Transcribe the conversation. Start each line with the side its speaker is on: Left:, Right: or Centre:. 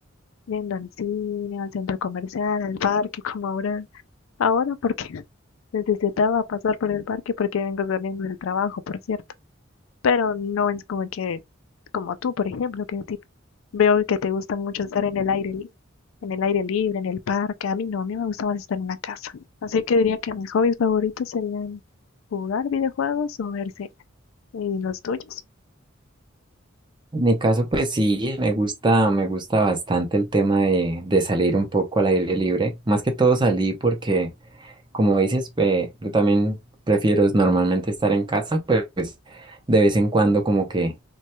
Left: yendo al cine, al centro comercial, al parque, como ahora. Ahora porque <laughs> necesitaba pasar por el parque porque vengo saliendo del trabajo, por cierto. Pero no es como que, como tú, por ejemplo, que a ti veo que te gusta mucho estar en el aire, li- en el aire libre, en el parque. A mí no, a mí me gusta más estar en la casa. Así que diría que mis hobbies favoritos serían jugar videojuegos o ver series. ¿Y los tuyos?
Right: En mi caso, pues sí, me gusta, me gusta bastante el tema de, de salir un poco al aire libre. Más que todo salí porque Como dices, eh, yo también prefiero es normalmente estar en casa, pero pues de vez en cuando como que